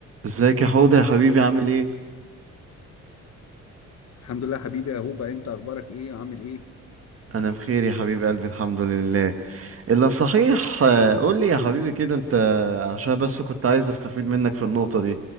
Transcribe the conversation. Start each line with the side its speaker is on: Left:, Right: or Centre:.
Right: ازيك يا حوض يا حبيبي عامل ايه؟
Left: الحمد لله حبيبي يا هوبا انت اخبارك ايه وعامل ايه
Right: انا بخير يا حبيب قلبي الحمد لله الا صحيح آه، قول لي يا حبيبي كده انت عشان بس كنت عايز استفيد منك في النقطة دي